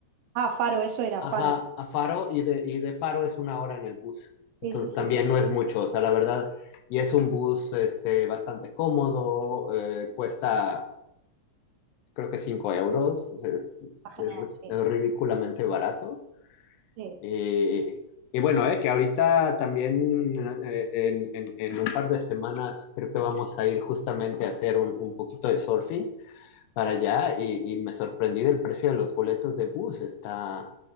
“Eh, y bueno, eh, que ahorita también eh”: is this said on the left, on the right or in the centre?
Left